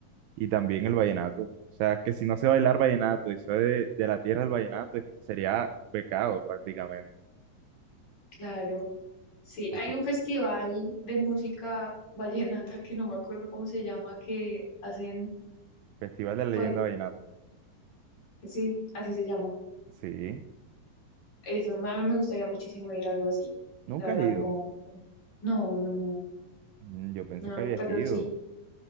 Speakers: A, on the right (about 80°); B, on the left (about 45°).
A: Y también el vallenato. O sea, que si no sé bailar vallenato y soy de, de la tierra del vallenato, es- sería un pecado prácticamente.
B: claro. Sí,
A: Otro-
B: hay un festival de música vallenata que no me acuerdo cómo se llama, que hacen,
A: Festival de la Leyenda
B: pues,
A: Vallenato.
B: sí, así se llama
A: Sí,
B: Eso, a mí me gustaría muchísimo ir a algo así.
A: nunca
B: La verdad,
A: has ido.
B: como, no, no, no,
A: Mm, Yo pensé
B: no,
A: que habías
B: pero
A: ido.
B: sí,